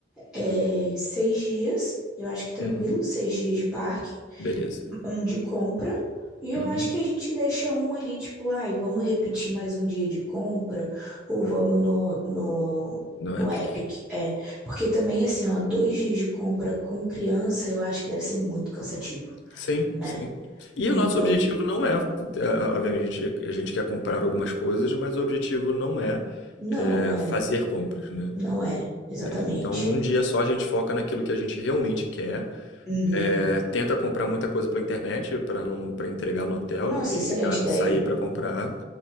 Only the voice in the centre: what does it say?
é, seis dias, eu acho que tranquilo,
seis dias de parque,
um de compra. E eu
acho que a gente deixa um ali, tipo, ai, vamos repetir mais um dia de compra, ou vamos no, no,
no
Epic. É, porque também, assim, ó, dois dias de compra com criança, eu acho que deve ser muito cansativo,
né?
Então,
não
é,
não é, exatamente.
Uhum.
Nossa,
excelente
ideia.